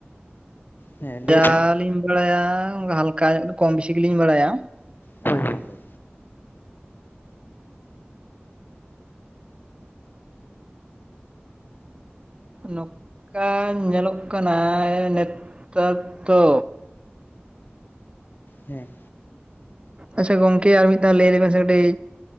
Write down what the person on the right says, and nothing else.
ᱡᱟ
ᱞᱤᱧ ᱵᱟᱲᱟ ᱭᱟ ᱦᱟᱞᱠᱟ ᱧᱚᱜ ᱜᱮ ᱠᱚᱢ ᱵᱤᱥᱤ ᱜᱤᱞᱤᱧ ᱵᱟᱲᱟ ᱭᱟ,
ᱱᱚᱠᱠᱟ ᱧᱮᱞᱚᱜ ᱠᱟᱱᱟᱭ ᱱᱮᱛᱛᱟᱨ ᱫᱚ,
ᱟᱪᱪᱷᱟ ᱜᱚᱝᱠᱮ ᱟᱨ ᱢᱤᱫ ᱫᱷᱟᱣ ᱞᱮᱭ ᱞᱮᱵᱮᱱ ᱥᱮ ᱠᱟᱹᱴᱤᱡ